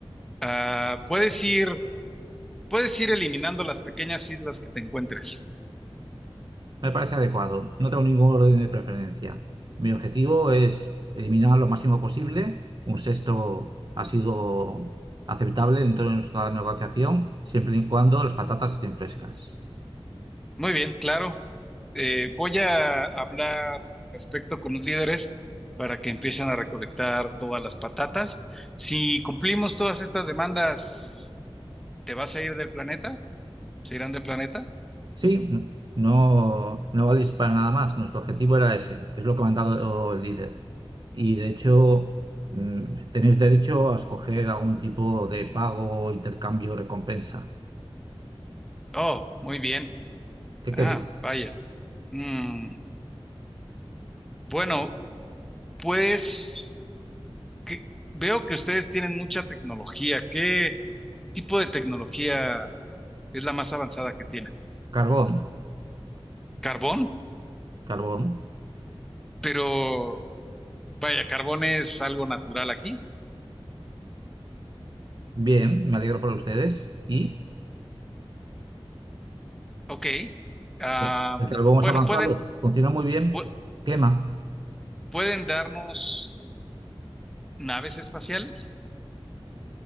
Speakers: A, in the centre; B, on the right.
A: Ah, puedes ir, puedes ir eliminando las pequeñas islas que te encuentres.
B: Me parece adecuado. No tengo ningún orden de preferencia. Mi objetivo es eliminar lo máximo posible. Un sexto ha sido aceptable dentro de nuestra negociación, siempre y cuando las patatas estén frescas.
A: Muy bien, claro. eh, voy a hablar respecto con los líderes para que empiecen a recolectar todas las patatas. Si cumplimos todas estas demandas, ¿te vas a ir del planeta? ¿Se irán del planeta?
B: Sí, n- no, no valís para nada más. Nuestro objetivo era ese. Es lo que me ha dado el líder. Y de hecho, mm, tenéis derecho a escoger algún tipo de pago, intercambio, recompensa.
A: Oh, muy bien.
B: ¿Qué
A: Ah,
B: queréis?
A: vaya. Mm, bueno, pues que- veo que ustedes tienen mucha tecnología. ¿Qué tipo de tecnología es la más avanzada que tienen?
B: Carbón.
A: ¿Carbón?
B: Carbón.
A: Pero vaya, carbón es algo natural aquí.
B: Bien, me alegro por ustedes. ¿Y
A: Ok. Ah,
B: el el carbón
A: bueno,
B: es avanzado?
A: Digo, pueden,
B: Funciona muy bien.
A: pu-
B: Quema.
A: pueden darnos naves espaciales